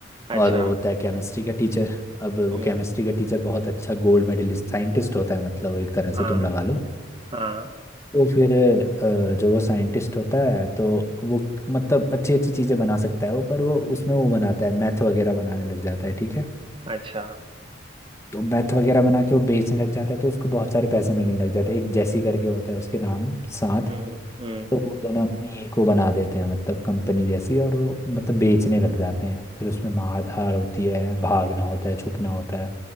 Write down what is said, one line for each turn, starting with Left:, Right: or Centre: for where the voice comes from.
Right: अच्छा
Left: और वो होता है केमिस्ट्री का टीचर अब वो
Right: हम्म
Left: केमिस्ट्री का टीचर बहुत अच्छा गोल्ड मेडलिस्ट साइंटिस्ट होता है मतलब एक तरह से
Right: हाँ
Left: तुम लगा लो
Right: हाँ
Left: तो फिर अ, जो वो साइंटिस्ट होता है तो वो मतलब अच्छी अच्छी चीज़ें बना सकता है वो पर वो उसमें वो बनाता है मैथ वगैरह बनाने लग जाता है ठीक है
Right: अच्छा
Left: तो मैथ वगैरह बना के वो बेचने लग जाता है तो उसको बहुत सारे पैसे मिलने लग जाते हैं एक जैसी करके होता है उसके नाम साथ
Right: हम्म हम्म
Left: तो वो दोनों अपनी एक वो बना देते हैं मतलब कंपनी जैसी और वो मतलब बेचने लग जाते हैं फिर उसमें मार धाड़ होती है भागना होता है छुपना होता है